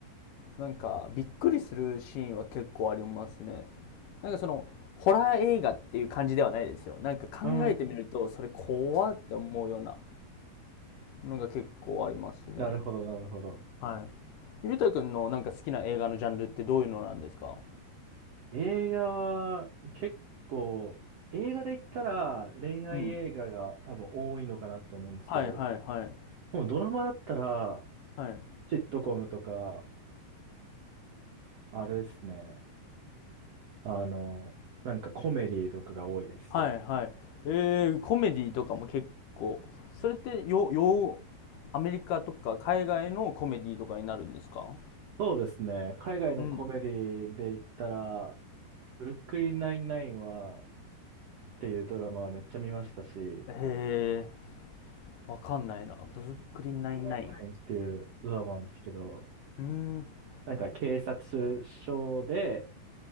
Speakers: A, on the left; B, on the right.
A: なんか、びっくりするシーンは結構ありますね。なんかその、ホラー映画っていう感じではないですよ。なんか考えてみると、
B: うん。
A: それ怖って思うようなのが結構ありますね。
B: なるほど、なるほど。
A: はい。ゆうたくんのなんか好きな映画のジャンルってどういうのなんですか
B: 映画は結構、映画で言ったら恋愛映画が多分多いのかなって思うんですけど、
A: うん。はいはいはい。
B: もうドラマだったら、
A: はい。
B: シットコムとか、あれですね。あの、なんかコメディとかが多いです。
A: はいはい。えー、コメディとかも結構。それってよ、よ、アメリカとか海外のコメディとかになるんですか
B: そうですね。海外のコメディで言ったら、
A: うん。
B: ブルックリン99は、っていうドラマはめっちゃ見ましたし、
A: へえ。わかんないな。ブルックリンナインナイン。
B: 99っていうドラマなんですけど、
A: うーん。
B: なんか警察署で、